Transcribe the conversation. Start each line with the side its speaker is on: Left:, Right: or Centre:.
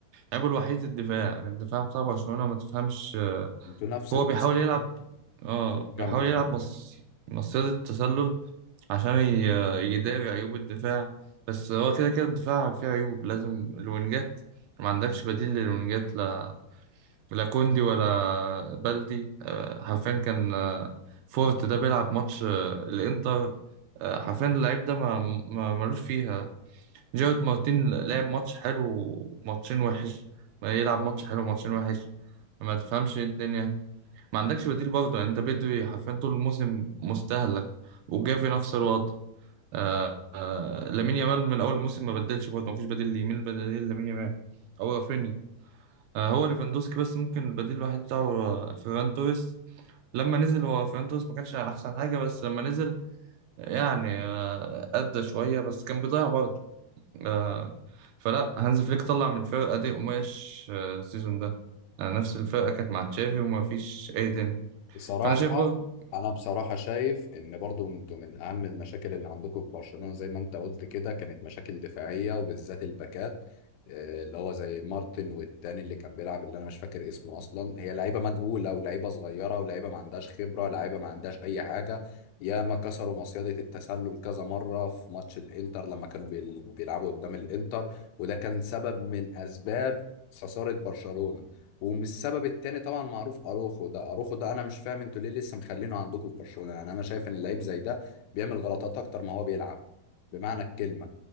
Right: عيبه الوحيد الدفاع يعني الدفاع بتاع برشلونة ما تفهمش
Left: انتوا نفس
Right: هو
Left: القصه
Right: بيحاول يلعب اه
Left: كمل كمل
Right: بيحاول يلعب مص... مصيدة التسلل عشان ي... يداري عيوب الدفاع بس هو كده كده الدفاع فيه عيوب لازم الوينجات ما عندكش بديل للوينجات لا لا كوندي ولا بلدي آه، حرفيا كان آه، فورت ده بيلعب ماتش آه، الانتر آه، حرفيا اللعيب ده ما... ما ملوش فيها جيرارد مارتين لعب ماتش حلو وماتشين وحش ما يلعب ماتش حلو وماتشين وحش ما تفهمش ايه الدنيا ما عندكش بديل برضه يعني انت بدري حرفيا طول الموسم مستهلك وجافي نفس الوضع آه آه لامين يامال من اول الموسم ما بدلش برضه ما فيش بديل ليه مين البديل لامين يامال هو رافينيا آه هو ليفاندوسكي بس ممكن البديل الوحيد بتاعه آه، فيران توريس لما نزل هو فيران توريس ما كانش احسن حاجه بس لما نزل يعني آه ادى شويه بس كان بيضيع برضه آه فلا هانز فليك طلع من الفرقه دي قماش آه، السيزون ده آه نفس الفرقه كانت مع تشافي وما فيش ايدن
Left: بصراحة
Right: فانا شايف برضه
Left: أنا بصراحة شايف إن برضو أنتوا من أهم المشاكل اللي عندكم في برشلونة زي ما أنت قلت كده كانت مشاكل دفاعية وبالذات الباكات آه، اللي هو زي مارتن والتاني اللي كان بيلعب اللي أنا مش فاكر اسمه أصلا هي لعيبة مجهولة ولعيبة صغيرة ولعيبة ما عندهاش خبرة لعيبة ما عندهاش أي حاجة ياما كسروا مصيدة التسلل كذا مرة في ماتش الإنتر لما كانوا بيل- بيلعبوا قدام الإنتر وده كان سبب من أسباب خسارة برشلونة ومش السبب التاني طبعا معروف اروخو ده اروخو ده انا مش فاهم انتوا ليه لسه مخلينه عندكم في برشلونه يعني انا شايف ان اللعيب زي ده بيعمل غلطات اكتر ما هو بيلعب بمعنى الكلمه